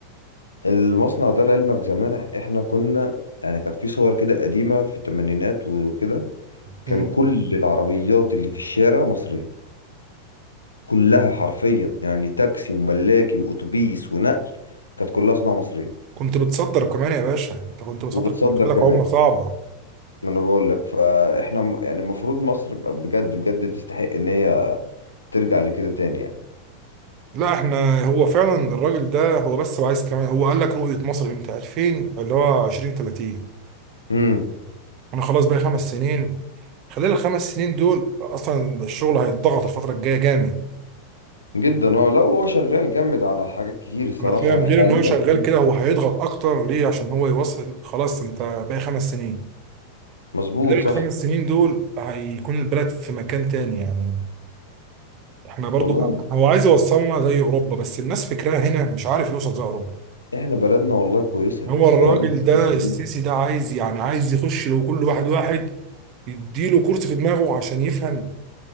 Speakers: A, on the left (about 80°); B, on the right (about 40°).
A: المصنع ده لعلمك زمان احنا كنا يعني كانت في صور كده قديمة في الثمانينات وكده كان
B: مم.
A: كل العربيات اللي في الشارع مصرية كلها حرفيا يعني تاكسي وملاكي واتوبيس ونقل كانت كلها صناعة مصرية
B: كنت بتصدر كمان يا باشا انت كنت بتصدر
A: وبتصدر
B: بيكون
A: كمان
B: لك عمله صعبه
A: ما انا بقول لك فاحنا م- يعني المفروض مصر بقى بجد بجد تستحق ان هي ترجع لكده تاني يعني
B: لا احنا هو فعلا الراجل ده هو بس عايز كمان هو قال لك رؤيه مصر امتى 2000 اللي هو 2030
A: امم
B: انا خلاص بقى خمس سنين خلال الخمس سنين دول اصلا الشغل هيتضغط الفتره الجايه جامد
A: جدا اه لا هو شغال جامد على حاجات كتير الصراحة
B: انا فاهم
A: ده
B: غير
A: حاليا
B: ان هو شغال
A: كمان
B: كده هو هيضغط اكتر ليه عشان هو يوصل خلاص انت باقي خمس سنين
A: مظبوط
B: خلال الخمس
A: صح
B: سنين دول هيكون البلد في مكان تاني يعني احنا برضو
A: والله
B: هو عايز يوصلنا زي اوروبا بس الناس فكرها هنا مش عارف يوصل زي اوروبا
A: احنا بلدنا والله كويسة
B: هو الراجل
A: بلدنا
B: ده
A: كويسة
B: السيسي
A: جدا
B: ده عايز يعني عايز يخش لو كل واحد واحد يديله كرسي في دماغه عشان يفهم